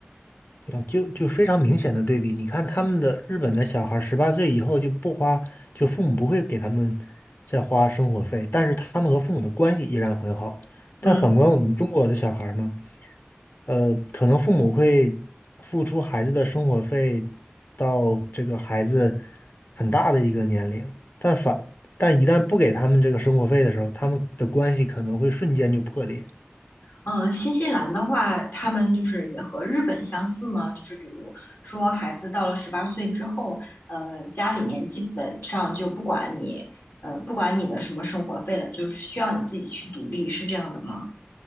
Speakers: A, on the left; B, on the left.
A: 对啊，就就非常明显的对比。你看他们的日本的小孩，十八岁以后就不花，就父母不会给他们再花生活费，但是他们和父母的关系依然很好。但反观我们中国的小孩儿呢，
B: 嗯。
A: 呃，可能父母会付出孩子的生活费到这个孩子很大的一个年龄，但反但一旦不给他们这个生活费的时候，他们的关系可能会瞬间就破裂。
B: 嗯，呃新西兰的话，他们就是也和日本相似吗？就是比如说，孩子到了十八岁之后，呃，家里面基本上就不管你，呃，不管你的什么生活费了，就是需要你自己去独立，是这样的吗？